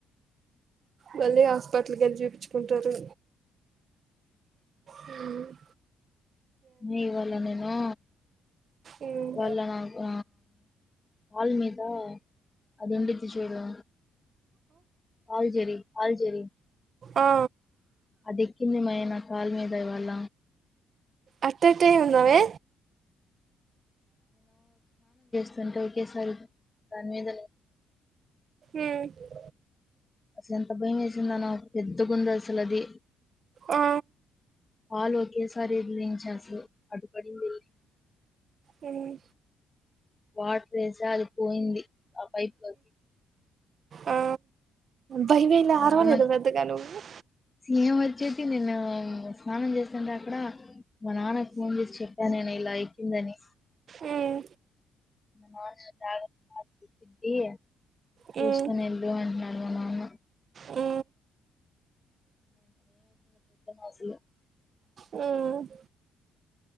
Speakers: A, on the right; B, on the left.
A: మళ్ళీ హాస్పిటల్ కి వెళ్ళి చూపించుకుంటారు అవును
B: నీ వాళ్ళనేమో
A: ఉమ్
B: ఇవాళా నాకు ఆ దిండు ఎత్తి చూడు ఆల్ జరి ఆల్ జరి
A: ఆ
B: అది ఎక్కింది మే నా కాల్ మీద ఇవాళ
A: అట్ట ఎట్టా నే ఉన్నావే
B: <unintelligible> ఓకేసారి దాని మీద
A: ఉమ్
B: అసలు ఎంత భయం వేసిందో నాకు పెద్ద గుంది అసలు అది
A: ఆ
B: కాలు ఒకేసారి విదిలించా అసలు అటు పడింది
A: మ్మ్
B: వాటర్ ఏసా అది పోయింది ఆ పైప్ లోకి
A: ఆ భయమేలా
B: వాన
A: అరవలేదా పెద్దగా నువ్వు
B: సింగం వచ్చేటి <unintelligible> స్నానం చేస్తుంటే అక్కడ మా నాన్నకి ఫోన్ చేసి చెప్పా నేను ఇలా ఎక్కిందని
A: మ్మ్
B: మా నాన్న <unintelligible> చూసుకొని
A: మ్మ్
B: వెళ్ళు అన్నాడు మా నాన్న
A: ఏ
B: అస్సలు
A: ఉమ్